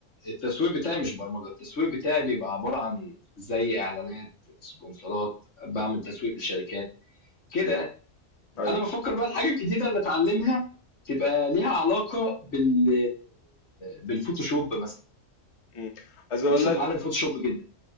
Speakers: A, on the left; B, on the left.
A: التسويق بتاعي مش برمجه التسويق بتاعي بيبقى عباره عن زي اعلانات سبونسرات بعمل تسويق لشركات كده
B: طيب
A: انا بفكر بقى الحاجه الجديده اللي اتعلمها تبقى ليها علاقه بال بالفوتوشوب مثلا
B: مم. عايز اقول
A: نفسي
B: لك
A: اتعلم فوتوشوب جدا